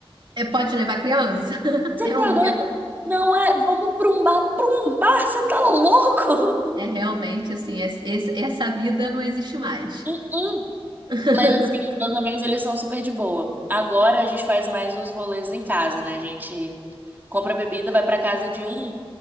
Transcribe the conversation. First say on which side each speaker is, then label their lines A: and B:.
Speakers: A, on the right (about 55°); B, on the right (about 20°).
A: É, pode levar criança? <laughs>
B: Você
A: É
B: tá
A: um lugar.
B: doido? Não é, vamos pra um bar. Pra um bar, você tá louco?
A: É, é realmente assim, é- esse- essa vida não existe mais.
B: <laughs>
A: <laughs>
B: Mas assim, os meus amigos, eles são super de boa. Agora a gente faz mais os rolês em casa, né? A gente compra bebida, vai pra casa de um,